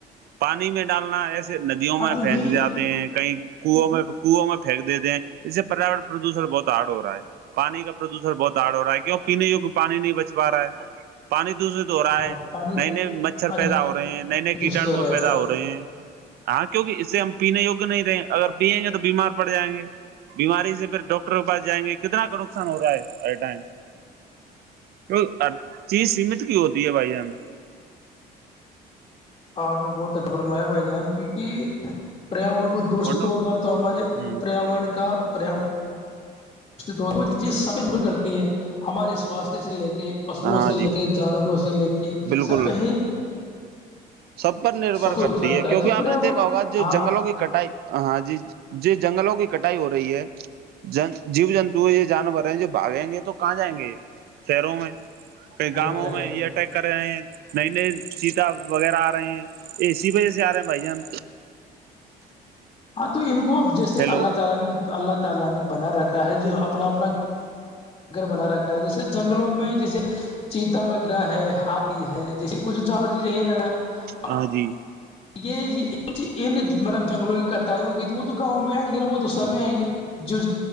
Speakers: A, on the right; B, on the left.
A: پانی میں ڈالنا ایسے ج ندیوں میں
B: ہاں تو
A: پھینک
B: یہی
A: جاتے ہیں کئی کنو میں کنووں میں پھینک دیتے ہیں اس سے پریاورن پردوشن بہت آرڑ ہو رہا ہے پانی کا پردوشن بہت آڑ ہو رہا ہے کیوں پینے وگ پانی نہیں بچ پا رہا ہے پانی تو اسرے د ہو رہا
B: ہاں
A: ہے
B: پانی
A: نئے نئے مچھر
B: پانی
A: پیدا ہو رہے ہیں نئے نئے کیٹاانو
B: دوشت رہا ہے
A: پیدا ہو رہے ہیں ہاں کیوںکہ اس سے ہم پینے یگ نہیں رہے اگر پیئیں گے تو بیمار پڑ جائیں گے بیماری سے پھر ڈاکٹر کے پس جائیں گے کتنا کا نقصان ہو رہا ہے اے ٹائم ہر چیز سیمت کی ہوتی ہے بھائی ہم ہم
B: آپ نے بہت اچھا فرمایا بھائی جان کیونکہ پریااور کو دشت
A: بولو
B: ہوگا تو ہمارے
A: ہوں
B: پر کا پر ہو کو چیز سب دور کرتی ہے ہمارے سواستھ سے لے کے کے فصلوں
A: ہاں
B: سے
A: جی
B: لے کے جانوروں سے لے کے
A: بالکل
B: سب ہی
A: سب پر نربھر
B: کو
A: کرتی
B: نقصان ہوتا
A: ہے کیونکہ
B: تو
A: آپ
B: پریاورن
A: نے دیکھا ہوگا جو
B: ہاں
A: جنگلوں کی کٹائی ہاں جی جی جنگلوں کی کٹائی ہو رہی ہے جن جیو جنتو ہے یہ جانور ہیں جو بھاگیں گے تو کہاں جائیں گے یہ شیروں میں کئی
B: شہر
A: گاؤوں
B: جائیں
A: میں
B: گے
A: یہ اٹیک کر رہے ہیں نئی نئی سیتا وغیرہ آ رہے ہیں اسی وجہ سے آ رہے ہیں بھائی جان
B: ہاں تو ان کو اب جیسے
A: ہیلو
B: اللہ تعالی نے اللہ تعالی نے بنا رکھا ہے جو اپنا اپنا گھر بنا رکھا ہے جیسے جنگلوں میں جیسے چیتا وغیرہ ہے ہاتھی ہے جیسے کچھ جوریز یہی رہنا ہے <inaudible>
A: ہاں جی
B: یہ یہ ان مطلب جنگلوں کی کٹائی ہوگی تو وہ تو گاؤں میں آئیں گے وہ تو سر میں آئیں گے <inaudible> جو